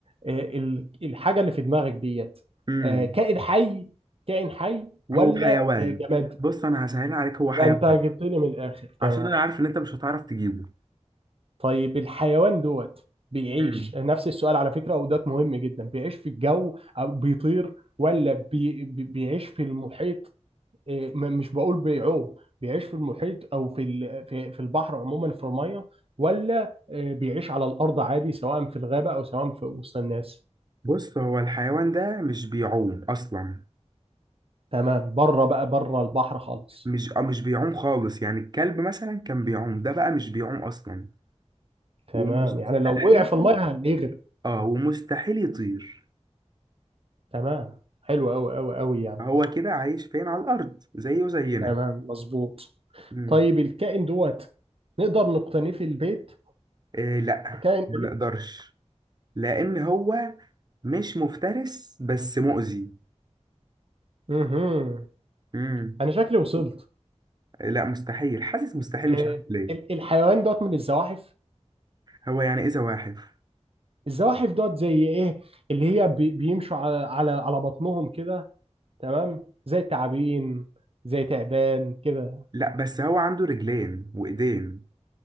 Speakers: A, on the right (about 50°); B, on the right (about 35°).
A: آه، ال- الحاجة اللي في دماغك ديت
B: امم
A: آه، كائن حي كائن حي ولا
B: هو حيوان
A: آه، جماد؟
B: بص انا هسهلها عليك هو حيوان
A: ده انت جبت لي من الآخر تمام
B: عشان انا عارف ان انت مش هتعرف تجيبه
A: طيب الحيوان دوت بيعيش
B: امم
A: نفس السؤال على فكرة ودوت مهم جدا بيعيش في الجو أو بيطير ولا بي بي- بيعيش في المحيط إيه، م- مش بقول بيعوم بيعيش في المحيط او في ال- في في البحر عموما في الميه ولا إيه، بيعيش على الارض عادي سواء في الغابه او سواء في وسط الناس
B: بص هو الحيوان ده مش بيعوم اصلا
A: تمام بره بقى بره البحر خالص
B: مش آه مش بيعوم خالص يعني الكلب مثلا كان بيعوم ده بقى مش بيعوم اصلا
A: تمام
B: ومستحيل
A: يعني لو وقع في الميه هيغرق
B: اه ومستحيل يطير
A: تمام حلو قوي قوي قوي يعني
B: هو كده عايش فين على الارض زيه زينا
A: تمام مظبوط
B: مم.
A: طيب الكائن دوت نقدر نقتنيه في البيت
B: إيه لا
A: كائن
B: ما
A: اليف
B: نقدرش لان هو مش مفترس بس مؤذي
A: مهم.
B: مم.
A: انا شكلي وصلت
B: لا مستحيل حاسس مستحيل
A: إيه،
B: مش عارف ليه
A: ال- الحيوان دوت من الزواحف
B: هو يعني ايه زواحف
A: الزواحف دوت زي ايه اللي هي بي- بيمشوا على على على بطنهم كده تمام زي التعابين زي تعبان كده
B: لا بس هو عنده رجلين وايدين